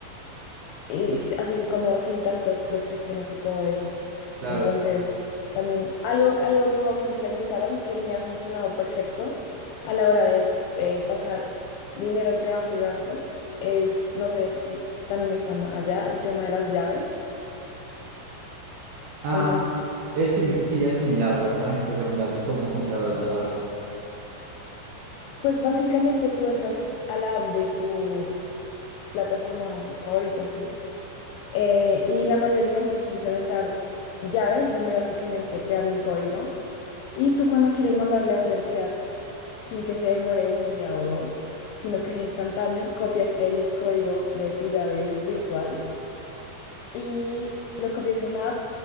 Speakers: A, on the left; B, on the right.
A: y s- así como sin tantas restricciones y todo eso.
B: Claro.
A: Entonces, también algo, algo nuevo que implementaron que me ha funcionado perfecto a la hora de eh, pasar dinero entre banco y banco es, no sé si también están allá, el tema de las llaves
B: Ah,
A: o no se escucha.
B: es sim- sí, es similar, pero no es exactamente así como funciona lo de las llaves.
A: Pues básicamente tú entras a la app de tu plataforma favorita, ¿sí? Eh, y la mayoría empezó a implementar llaves donde básicamente te dan un código y tú cuando quieres mandarle a otra entidad sin que se demore un día o dos, sino que sea instantáneo, copias el código de tu llave vir- virtual y lo copias en la app